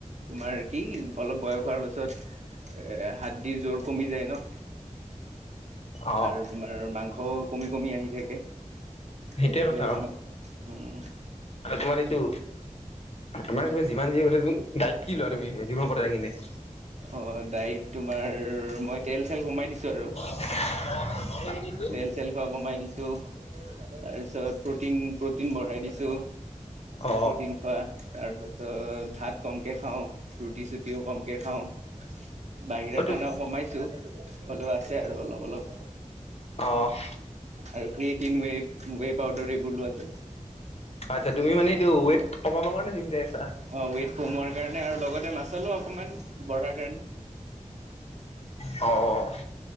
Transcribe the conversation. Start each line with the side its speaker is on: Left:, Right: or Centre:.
Right: তোমাৰ কি অলপ বয়স হোৱাৰ পাছত এ হাড়দি জোৰ কমি যায় ন
Left: অ
Right: আৰু তোমাৰ মাংসও কমি কমি আহি থাকে ত
Left: সেইটোৱে
Right: সেইটোয়ে
Left: কথা
Right: অকমান
Left: অ
Right: উম
Left: আৰু তোমাৰ এইটো তোমাৰ, তুমি যিমান যি হলেও তুমি ডাইট কি লোৱা তুমি, <unintelligible> কিনে?
Right: অ', ডাইত তোমাৰ, মই তেল-চেল কমাই দিছোঁ আৰু।
Left: উ <unintelligible>
Right: তেল-চেল খোৱা কমাই দিছোঁ। ত' তাৰপিছত প্ৰটিন, প্ৰটিন বঢ়াই দিছোঁ,
Left: অ
Right: প্ৰটিন খোৱা। তাৰ পাছত ভাত কমকে খাওঁ। ৰুটি চুটিও কমকে খাওঁ, বাহিৰা
Left: অ তুম
Right: খানাও কমাইছোঁ। হ'লেও আছে আৰু অলপ-অলপ।
Left: অ'।
Right: আৰু ক্ৰিয়েটিন ৱেব, ৱে পাউদাৰ এইবোৰ লোৱা যায়।
Left: আচ্ছা, তুমি মানে এইটো ৱেট কমাব কাৰণে জিম চাই আছা?
Right: অ', ৱেইট কমোৱাৰ কাৰণে, আৰু লগতে মাছলো অকণমান বঢ়াৰ কাৰণে।
Left: অ'।